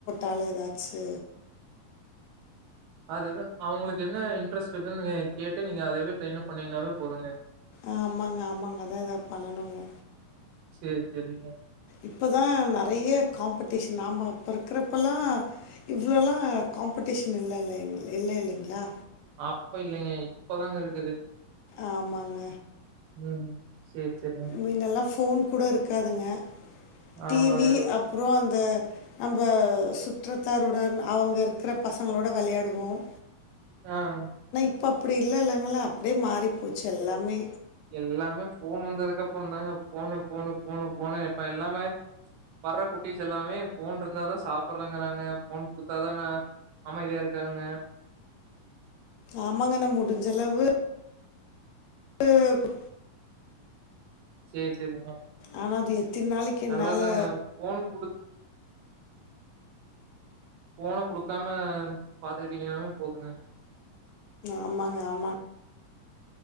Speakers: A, on the left; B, on the right.
A: கால்ல எதாச்சு
B: அதுதா அவுங்களுக்கு என்ன இன்ட்ரெஸ்ட் க்கு கேட்டு நீங்க அதேவே ட்ரெயின் பண்ணீங்கனாவே போதுங்க
A: ஆமாங்க ஆமாங்கான் அதா ஏதா பண்ணனும்ங்க
B: சேரி சேரிங்க
A: இப்போ தா நறைய காம்படிஷன் நாம் ம அப்போ இருக்கிறப்பலாம் இவ்வளோலாம் காம்படிஷன் இல்ல இல்லைங் இல்ல இல்லைங்களா
B: அப்போ இல்லைங்க இப்பதாங்க இருக்குது
A: ஆமாங்க
B: ம் சேரி சேரிங்க
A: முன்னெல்லாம் ஃபோன் கூட இருக்காதுங்க டிவி
B: ஆமாங்க.
A: அப்றோ அந் த நம்ப சுற்றத்தாருடன் அவங்க இருக்கிற பசங்களோட வெளையாடுவோம்
B: ஆஹ்
A: இப்போ அப்டி இல்ல இல்லைங்களா அப்படியே மாறி போச்சு எல்லாமே
B: எல்லாமே போன் வந்ததுக்க கப்பறந்தாங்க போனு போனு போனு போனு இப்ப எல்லாமே வர்ற குட்டீஸ் எல்லாமே போன் இருந்தா தா சாப்புட்றாங்கிறாங்க நாங்க போன் குடுத்தாதா நா அமைதியா இரு க்காங்க
A: ஆமாங்க நா முடிஞ்சளவு து
B: சேரி சேரிங்க
A: ஆனால் அது எத்தனை நாளைக்கு
B: நல்லாதாங்க
A: என்னால்
B: போன் குடுத் போனை குடுக்காம பாத்துக்கிட்டீங்கனாலே போதுங்க
A: ஆமாங்க ஆமாங்க